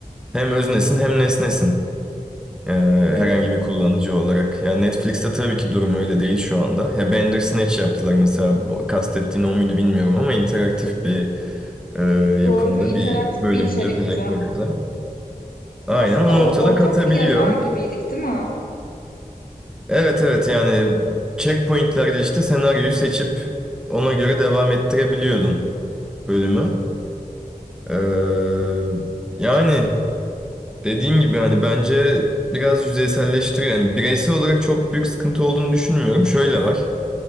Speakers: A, in the centre; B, on the left.
A: hem öznesin hem nesnesin. Ee,
B: Hı hı.
A: herhangi bir kullanıcı olarak. Yani Netflix'te tabii ki durum öyle değil şu anda. Ya Bandersnatch yaptılar mesela. O Kastettiğin o muydu bilmiyorum ama interaktif bir e,
B: Doğru,
A: yapımda
B: interaktif
A: bir bölümdü
B: bir içerikti.
A: Black Mirror'da. Aynen
B: Aslında
A: o noktada
B: o, ortak
A: katabiliyor.
B: bir yazar gibiydik, değil mi?
A: Evet evet yani checkpointlerde işte senaryoyu seçip ona göre devam ettirebiliyordun bölümü. Ee, yani dediğim gibi hani bence biraz yüzeyselleştiriyor. Yani bireysel olarak çok büyük sıkıntı olduğunu düşünmüyorum. Şöyle var.